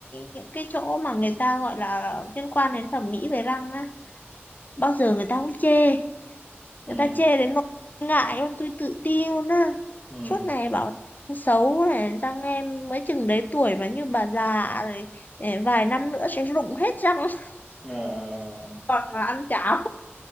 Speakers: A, on the left; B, in the centre.
A: những cái chỗ mà người ta gọi là liên quan đến thẩm mỹ về răng á bao giờ người ta cũng chê
B: <laughs>
A: người
B: ừ
A: ta chê đến nỗi ngại luôn tôi tự ti luôn á
B: ừ
A: suốt ngày bảo em xấu này răng em mới chừng đấy tuổi mà như bà già rồi eh, vài năm nữa sẽ rụng hết răng <laughs>
B: ờ ờ, ờ,
A: còn mà ăn cháo